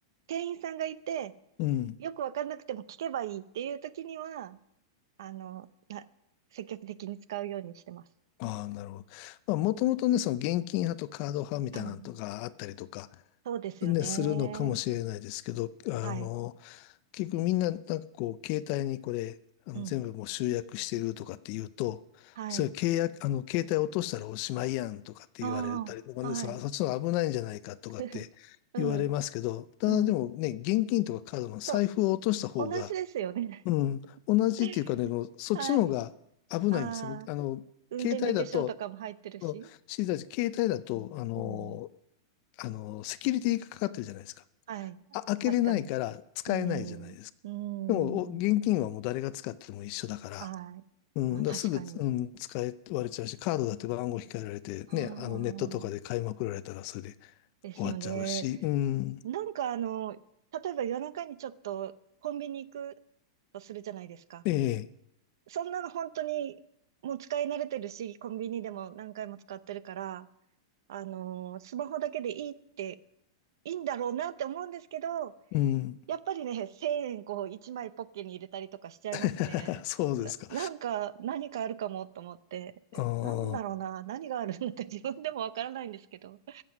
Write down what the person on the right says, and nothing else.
店員さんがいて、
よくわかんなくても聞けばいいっていう時には、あの、な、積極的に使うようにしてます。
はい。そうですよね。
はい。
うん。
はい。
ああ、はい。
<laughs> うん。
うん。
そう。同じですよね。
<laughs>
はい。ああ、
運転免許証とかも入ってるし。
うん。
はい。
確かに。うん。うん。
はい。
まあ確かに。
ああ、
ですよね。
なんかあの、例えば夜中にちょっとコンビニ行くとするじゃないですか。
そんなの本当にもう使い慣れてるし、コンビニでも何回も使ってるから、あのースマホだけでいいって、いいんだろうなって思うんですけど、
やっぱりね、1000円こう1枚ポッケに入れたりとかしちゃいますね。
な、なんか、何かあるかもと思って、えなんだろうな、
何があるんだって自分でもわからないんですけど。